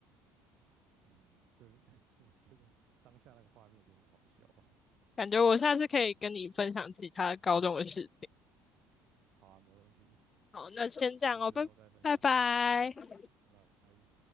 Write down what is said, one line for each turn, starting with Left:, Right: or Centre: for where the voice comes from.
Right: 嗯，这是 <laughs> 我觉得当下那个画面一定很好笑啊。
Left: 感觉我下次可以跟你分享其他高中的事。
Right: 好啊，没问题，
Left: 好，那先这样哦，
Right: 那就之后再分享喽，
Left: 拜拜拜。
Right: 拜拜。